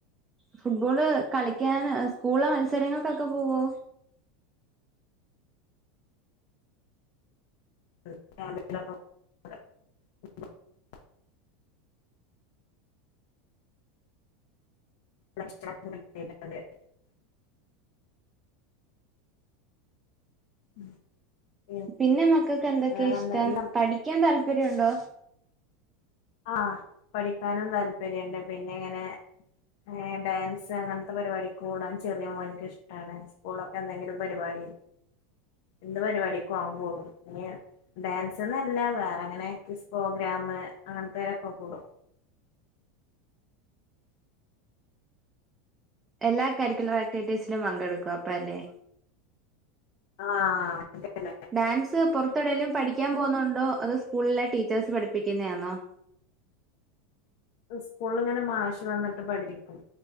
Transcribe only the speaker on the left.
<inaudible> <inaudible> <inaudible>
വേറെന്താ
ഈ
ആഹ് പഠിക്കാനും താൽപര്യോണ്ട് പിന്നെ ഇങ്ങനെ എ ഡാൻസ് അങ്ങനത്തെ പരിപാടിക്ക് കൂടാൻ ചെറിയ മോനിക്കിഷ്ടാണ് സ്കൂളിലൊക്കെ എന്തെങ്കിലും പരിപാടി എന്ത് പരിപാടിക്കും അവൻ കൂടും ഇ ഡാൻസ്ന്നല്ല വേറെ അങ്ങനെ ക്വിസ് പ്രോഗ്രാമ് അങ്ങനത്തേനൊക്കെ കൂടും.
ആഹ് അങ്ങനത്തെല്ല
സ്കൂളിലിങ്ങനെ മാഷ് വന്നിട്ട് പഠിപ്പിക്കും